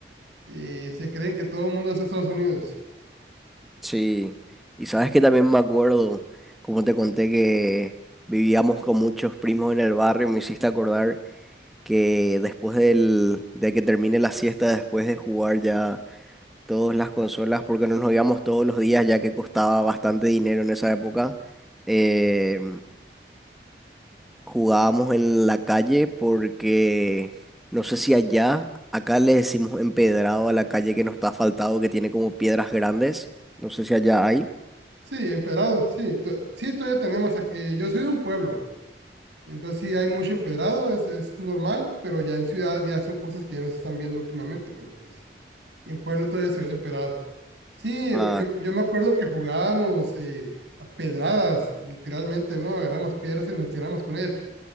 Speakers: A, on the right; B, in the centre.
A: eh, se creen que todo el mundo es Estados Unidos.
B: Sí. Y sabes que también me acuerdo, como te conté, que vivíamos con muchos primos en el barrio. Me hiciste acordar que después del, de que termine la siesta, después de jugar ya todas las consolas, porque no nos íbamos todos los días, ya que costaba bastante dinero en esa época. eh, Jugábamos en la calle porque no sé si allá, acá le decimos empedrado a la calle que no está asfaltado, que tiene como piedras grandes. No sé si allá hay.
A: Sí, empedrado, sí. to- sí, todavía tenemos aquí... eh, Yo soy de un pueblo, entonces sí hay mucho empedrado, es, es normal, pero ya en ciudad ya son cosas que ya no se están viendo últimamente, pero pues en pueblo todavía se ve el empedrado. Sí, em,
B: Ah,
A: yo, yo me acuerdo que jugábamos eh, a pedradas, literalmente, ¿no? Agarramos piedras y nos tiramos con ellas.